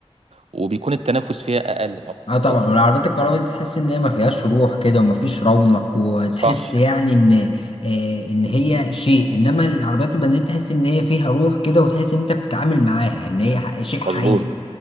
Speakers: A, on the right (about 80°); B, on the left (about 65°).
A: وبيكون التنافس فيها أقل طبعا
B: اه طبعا
A: بس
B: والعربيات الكهرباء دي تحس ان هي ما فيهاش روح كده وما فيش رونق وتحس
A: صح
B: يعني ان آه ان هي شيء انما العربيات البنزين تحس ان هي فيها روح كده وتحس ان انت بتتعامل معاها ان هي ح- شيء حي
A: مظبوط